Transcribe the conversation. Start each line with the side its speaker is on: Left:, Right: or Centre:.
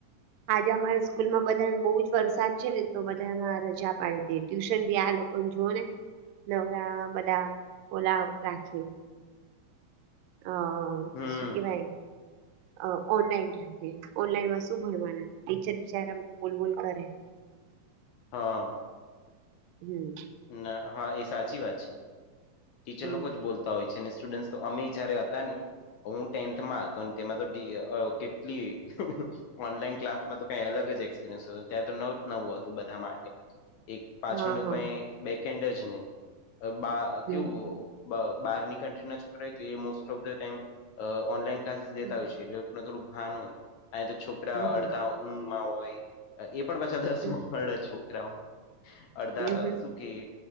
Right: આજે અમારે સ્કૂલમા બધાને બહુ જ વરસાદ છે ને તો બધાના રજા પાડી દીધ ટ્યુશન બી આ લોકોને જુઓને નવરા બધા ઓલા રાખે. અહ
Left: હમ
Right: શું કહેવાય? અહ ઓનલાઈન રાખે, ઓનલાઇનમાં શું ભણવાના, ટીચર બિચારા બોલ-બોલ કરે.
Left: હા.
Right: હમ્મ.
Left: ના, હા એ સાચી વાત છે. ટીચર
Right: હમ
Left: લોકો જ બોલ તા હોય છે, સ્ટુડન્ટ તો અમેય જયારે હતા ને, હું ટેન્થમાં હતો ને તેમાં તો ટી અહ કેટલી ઓનલાઈન ક્લાસ માં તો કઈ અલગ જ એક્સ પિરીયન્સ હોય, ત્યાં તો નવ નવું હતું બધા માટે, એક પાછળનું
Right: હા હા
Left: કઈ બેકેન્ડ જ નહી બા
Right: હમ
Left: કેવું બહારની કન્ટ્રી ના છોકરા હોય તો એ most of the time online classes દેતા
Right: હમ
Left: હોય છે. થોડુંક આ નહીં અહીં તો, છોકરા
Right: હમ
Left: અડધા ઊંઘમાં હોય એ પણ પાછા દસમાંના
Right: હમ
Left: દ જ છોકરાઓ અડધા
Right: હમ હમ હમ
Left: એ